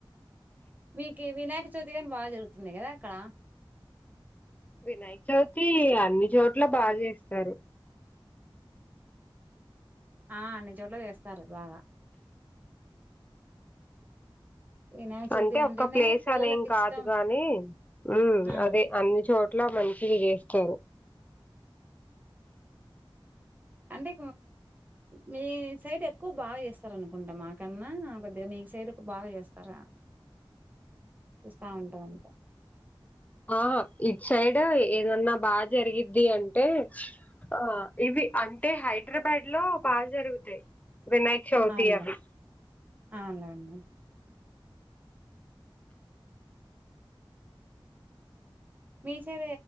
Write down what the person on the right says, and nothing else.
మీకు వినాయక చవితి కానీ బాగా జరుగుతుంది కదా అక్కడ
ఆ అన్ని చోట్ల చేస్తారు బాగా వినాయక చవితి
అంటేనే
పిల్లలకి
ఇష్టం
ఆ
అంటే మీ సైడ్ ఎక్కువ బాగా చేస్తార అనుకుంటా మాకన్నా కొద్దిగా మీ మీ సైడ్ ఒక బాగా చేస్తారా చూస్తా ఉంటాంరంత
అవునులే
అవునులే అండి మీ సైడ